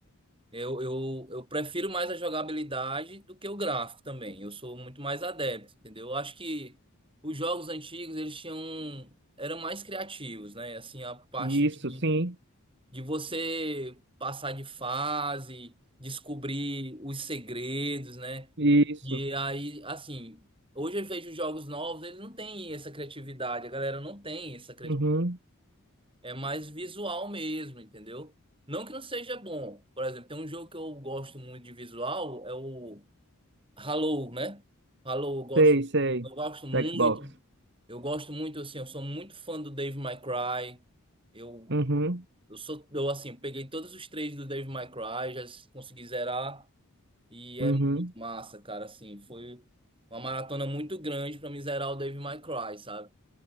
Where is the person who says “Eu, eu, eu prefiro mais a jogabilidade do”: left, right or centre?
Right